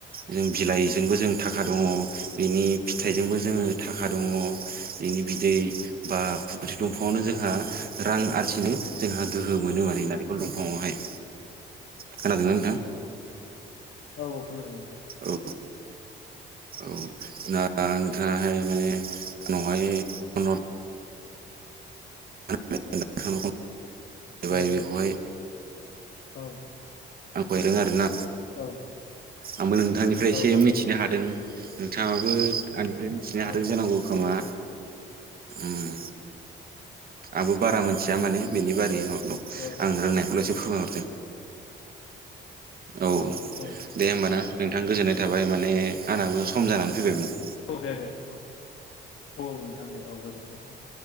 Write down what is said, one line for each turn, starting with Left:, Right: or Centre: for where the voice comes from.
Right: जों बिलाइजोंबो जों थाखा दङ बिनि फिथाइजोंबो जोङो थाखा दङ बिनि बिदै बा फुकुथि दंफाङावनो जोंहा रां आरजिनो जोंहा गोहो मोनो माने नारिखल दंफाङावहाय। खोनादोंना नोंथां?
Left: औ औ खोनादों नोंथां।
Right: औ औ दा नोंथाङाहाय माने आंनावहाय फन हर <unintelligible> बेखौहाय
Left: औ औ
Right: आं <unintelligible> आरो ना
Left: औ
Right: आंबो नोंथांनिफ्राय एसे
Left: औ
Right: मिथिनो हादों नोंथाङाबो आंनिफ्राय मिथिनो हादों
Left: औ
Right: जानांगौ खोमा उम आंबो बारा मोनथिया माने बेनि बारै नंगौ
Left: औ
Right: आं रोंनायखौ <unintelligible> फोरमायहरदों औ
Left: औ
Right: दे होमबाना नोंथां गोजोननाय थाबाय माने आंनाबो सम जानानै फैबायमोन।
Left: औ दे दे औ औ औ नोंथां दे औ गोजोन्थों औ